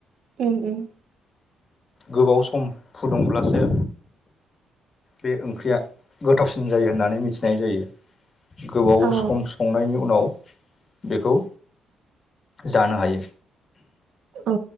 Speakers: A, on the right; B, on the left.
A: उम-उम।
B: गोबाव सम फुदुंब्लासो। बे ओंख्रिया गोथावसिन जायो होननानै मिथिनाय जायो। गोबाव
A: औ
B: सम संनायनि उनाव। बेखौ जानो हायो।
A: औ